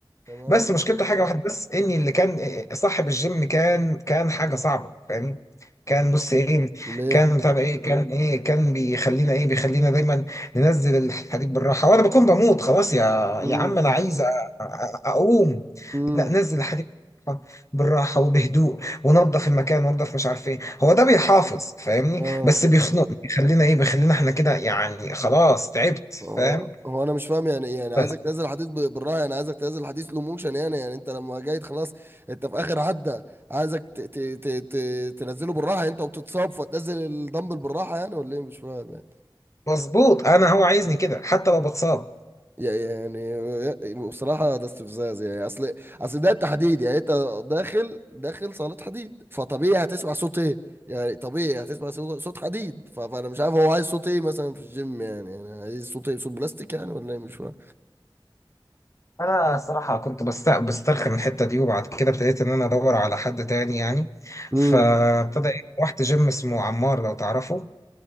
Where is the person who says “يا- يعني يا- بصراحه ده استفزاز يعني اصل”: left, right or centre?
Right